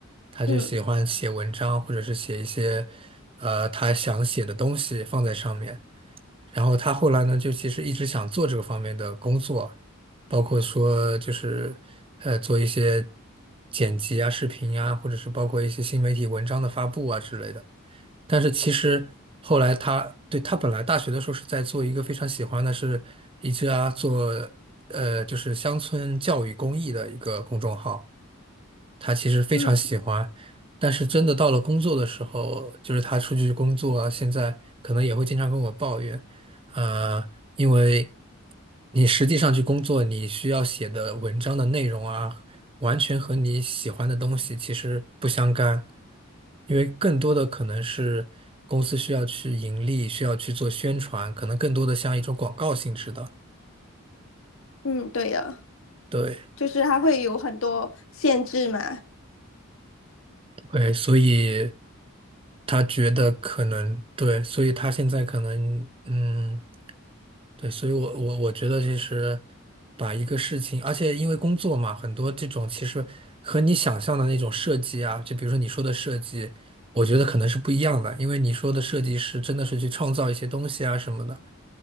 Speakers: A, on the right (about 25°); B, on the left (about 80°).
A: 他就喜欢写文章或者是写一些，
B: 嗯
A: 呃，他想写的东西放在上面。然后他后来呢，就其实一直想做这个方面的工作，包括说就是呃做一些剪辑啊、视频啊，或者是包括一些新媒体文章的发布啊之类的。但是其实后来他对他本来大学的时候是在做一个非常喜欢的是一家做呃就是乡村教育公益的一个公众号，他其实非常喜欢，
B: 嗯
A: 但是真的到了工作的时候，就是他出去工作啊，现在可能也会经常跟我抱怨，呃，因为你实际上去工作，你需要写的文章的内容啊，完全和你喜欢的东西其实不相干，因为更多的可能是公司需要去盈利，需要去做宣传，可能更多的像一种广告性质的，
B: 嗯，对的，
A: 对。
B: 就是它会有很多限制嘛。
A: 对，所以他觉得可能对，所以他现在可能嗯，对，所以我我我觉得其实把一个事情，而且因为工作嘛，很多这种其实和你想象的那种设计啊，就比如说你说的设计，我觉得可能是不一样的，因为你说的设计师真的是去创造一些东西啊什么的，